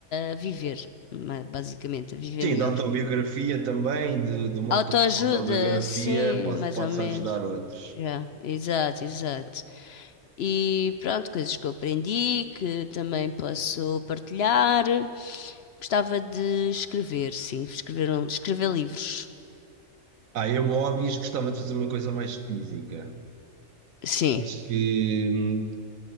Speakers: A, on the left (about 65°); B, on the right (about 85°).
A: a viver, ma- basicamente, a viver
B: Sim,
A: melhor.
B: da autobiografia também, de, do modo
A: Autoajuda,
B: como essa autobiografia
A: sim,
B: pode,
A: mais
B: pode
A: ou menos.
B: ajudar outros.
A: já exato, exato. E pronto, coisas que eu aprendi, que também posso partilhar. Gostava de escrever, sim, escrever, um- escrever livros.
B: Ah, eu, óbvio, gostava de fazer uma coisa mais física.
A: Sim.
B: Acho que, hum,